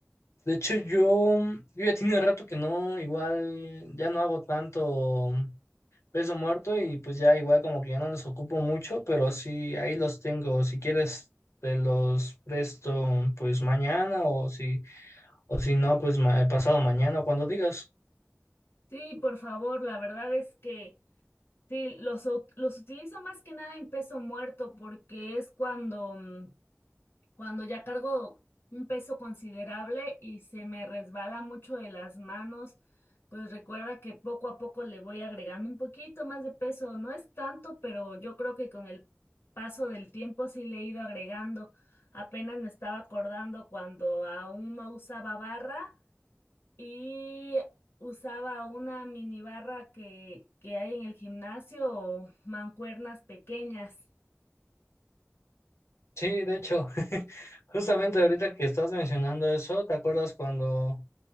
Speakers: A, on the left (about 80°); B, on the left (about 60°).
A: De hecho, yo, yo ya tiene rato que no, igual ya no hago tanto peso muerto y pues ya igual como que ya no los ocupo mucho, pero sí, ahí los tengo. Si quieres, te los presto pues mañana o si o si no, pues ma- pasado mañana, cuando digas.
B: Sí, por favor, la verdad es que sí, los, ut- los utilizo más que nada en peso muerto porque es cuando mm, cuando ya cargo un peso considerable y se me resbala mucho de las manos, pues recuerda que poco a poco le voy agregando un poquito más de peso. No es tanto, pero yo creo que con el paso del tiempo sí le he ido agregando. Apenas me estaba acordando cuando aún no usaba barra y usaba una mini barra que, que hay en el gimnasio o mancuernas pequeñas.
A: Sí, de hecho, <laughs> justamente ahorita que estás mencionando eso, ¿te acuerdas cuando...